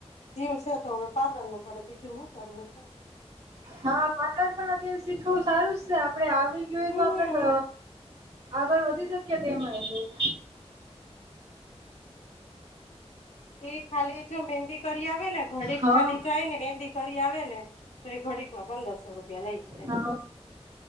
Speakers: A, on the left; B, on the right.
A: જીવ છે તો હવે પાર્લરનું કરે બીજું હું કરવું કે
B: હા પાર્લર પણ અત્યારે શીખવું સારું જ છે આપડે આવડી ગયું હોય
A: હમ
B: તો આપડે ક <unintelligible> આગળ વધી શકીએ તેમાંય બોવ <unintelligible>
A: એ ખાલી જો મેંદી કરી આવે ને ઘડીક
B: હા
A: ખાલી જાય ને મેંદી કરી આવે ને તો એ ઘડીકમાં પંદરસો રૂપિયા લઈ આવે.
B: હા